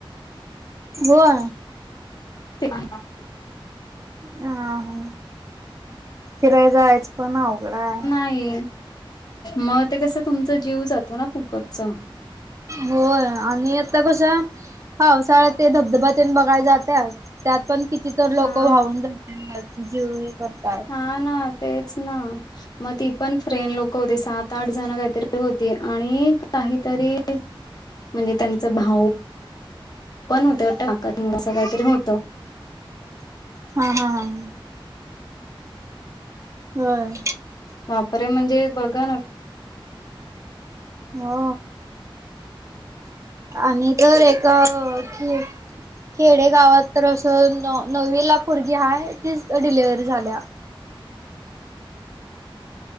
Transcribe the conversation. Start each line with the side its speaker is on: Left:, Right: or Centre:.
Right: गोवा.
Left: ते <unintelligible>
Right: हा हा फिराया जायाच पण अवघड आहे.
Left: नाही म ते कसं तुमचा जीव जातो ना फुकटच.
Right: होय आणि आता कस्या पावसाळाया ते धबधब्यान ते बघाय जात्या त्यात पण किती तर लोक
Left: हा
Right: वाहावून जातात जीव हे करतात.
Left: ह ना तेच ना मग ती पण फ्रेंड लोक होती सात. आठ जण काहीतरी होती, आणि काहीतरी म्हणजे त्यांचा भाऊ पण होत वाटतं काकाच मूल असं काहीतरी होतं
Right: हा हा हा! होय!
Left: वापरे म्हणजे बघा न
Right: हो आणि तर एक कि खेडे गावात तर असं न नववी ला पोरगी हाय तीच डिलिवरी झाल्या.